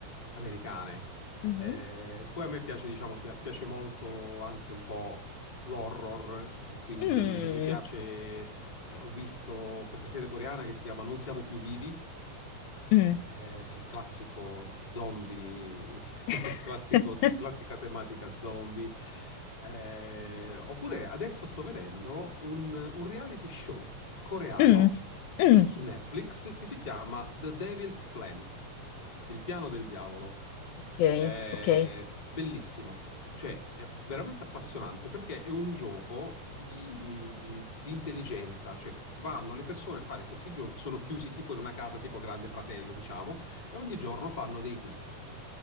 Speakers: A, on the left; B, on the left.
A: americane.
B: Mhm.
A: Eh, poi a me piace, diciamo, pia- piace molto anche un po' l'horror, quindi
B: Mm,
A: mi piace, eh, ho visto questa serie coreana che si chiama Non siamo più vivi
B: mm.
A: eh, classico zombie,
B: <laughs>
A: <laughs> classico- classica tematica zombie. Eh, oppure adesso sto vedendo un, un reality show coreano
B: Mm, mm.
A: su Netflix che si chiama The Devil's Plan, il piano del diavolo.
B: Ok,
A: Eh,
B: ok.
A: bellissimo, cioè, è veramente appassionante perché è un gioco di, eh, di intelligenza, cioè vanno le persone a fare questi giochi, sono chiusi tipo in una casa tipo Grande Fratello, diciamo, e ogni giorno fanno dei quiz.